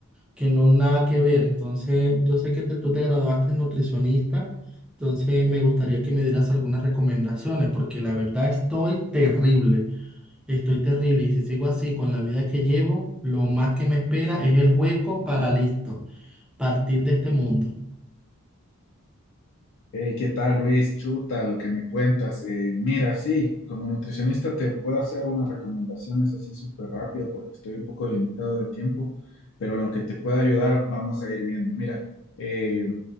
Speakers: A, in the centre; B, on the left (about 55°).
A: que no nada que ver. Entonces, yo sé que te- tú te graduaste de nutricionista, entonces me gustaría que me dieras algunas recomendaciones porque la verdad estoy terrible. Estoy terrible y si sigo así con la vida que llevo, lo más que me espera es el hueco para listo, partir de este mundo.
B: Hey, ¿qué tal, Luis? Chuta, lo que me cuentas. Eh, mira, sí, como nutricionista te puedo hacer unas recomendaciones así súper rápido porque estoy un poco limitado de tiempo, pero en lo que te pueda ayudar vamos a ir viendo. Mira, eh,